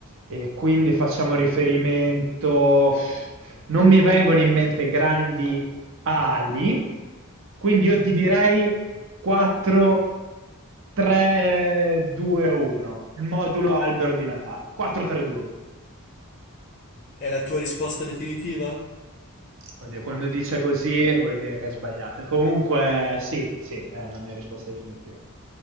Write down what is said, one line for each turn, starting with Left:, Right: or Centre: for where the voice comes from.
Right: e quindi facciamo riferimento... Non mi vengono in mente grandi ali, quindi io ti direi 4, 3, 2, 1. Il modulo albero di Natale. 4, 3, 2, 1.
Left: È la tua risposta definitiva?
Right: Oddio, quando dice così vuol dire che è sbagliato. Comunque, sì, sì, è la mia risposta definitiva.